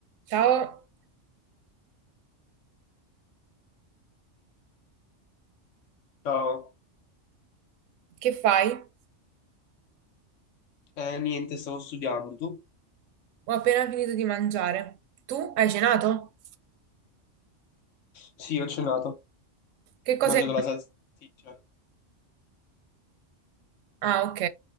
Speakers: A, on the right; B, on the left.
A: Ciao,
B: Ciao,
A: che fai?
B: eh, niente, stavo studiando, tu?
A: Ho appena finito di mangiare. Tu hai cenato?
B: Sì, ho cenato, ho
A: Che cosa
B: mangiato
A: hai...
B: la salsiccia.
A: Ah, ok.